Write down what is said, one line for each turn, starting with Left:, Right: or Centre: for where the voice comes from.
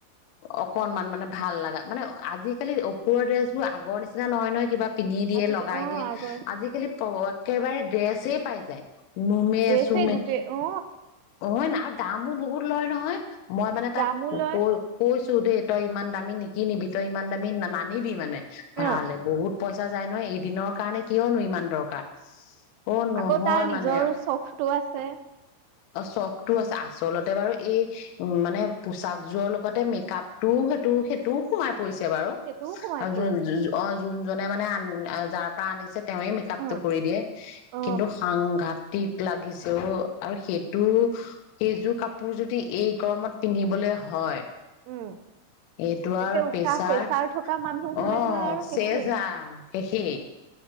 Left: অকনমান মানে ভাল লগা মানে আজিকালি অপুৰৰ ড্ৰেছবোৰ আগৰ নিচিনা নহয় নহয় কিবা পিন্ধি দিয়ে
Right: আজি
Left: লগাই
Right: অ
Left: দিয়ে
Right: আগৰ
Left: আজিকালি তহত একেবাৰে ড্ৰেছেই পাই যায় নোমে
Right: ড্ৰেছে
Left: চুমে
Right: গোটেই অ
Left: অ ন দামো বহুত লয় নহয়। মই মানে
Right: দামো
Left: তাক
Right: লয়।
Left: কৈছো দেই তই ইমান দামী নিকি নিবি তই ইমান দামী নানিবি মানে
Right: অ
Left: ভালে বহুত পইচা যায় নয় এদিনৰ কাৰণে কিয়নো ইমান দৰকাৰ অ নহয়
Right: আকৌ তাৰ নিজৰ
Left: মানে
Right: চখটো আছে
Left: অ চখ টো আছে আচলতে বাৰু এই উ মানে পোচাক যোৰৰ লগতে মেকআপটো সেইটো সেইটোও সোমাই পৰিছে বাৰু
Right: সেইটোও সোমাই
Left: আৰু
Right: পৰিছে।
Left: অ যোনজনে মানে আ যাৰ পৰা আনিছে তেওঁৱে মেকাপটো
Right: অ।
Left: কৰি দিয়ে
Right: অ
Left: কিন্তু সাংঘাত টিক লাগিছে অ আৰু সেইটো সেইযোৰ কাপোৰ যদি এই গৰমত পিন্ধিবলে হয়।
Right: উম
Left: এইটো
Right: একে
Left: আৰু
Right: উশাহ
Left: পেচাৰ
Right: প্ৰেছাৰ থকা মানুহ হলেতো
Left: আহ
Right: আৰু
Left: চেজা
Right: শেষেই।
Left: শেষে।